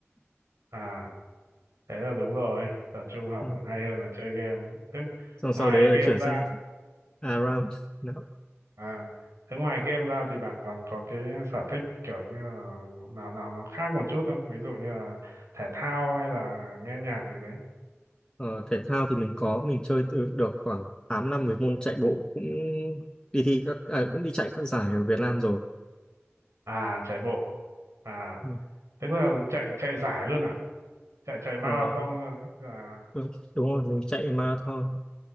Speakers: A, on the right; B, on the left.
A: à thế là đúng rồi tập trung học
B: Ừ.
A: cũng hay hơn là chơi game thế
B: Xong sau
A: ngoài
B: đấy là
A: game
B: chuyển
A: ra
B: sang ARAM. Đó.
A: à thế ngoài game ra thì bạn còn có cái sở thích kiểu như là nào nào nó khác một chút không ví dụ như là thể thao hay là nghe nhạc gì đấy
B: Ờ, thể thao thì mình có mình chơi từ được khoảng 8 năm với môn chạy bộ cũng đi thi các à, cũng đi chạy các giải ở Việt Nam rồi.
A: à chạy bộ à
B: Ừ.
A: tức là chạy chạy giải luôn à chạy chạy marathon
B: Ờ,
A: thôi đấy là
B: đúng, đúng rồi mình chạy marathon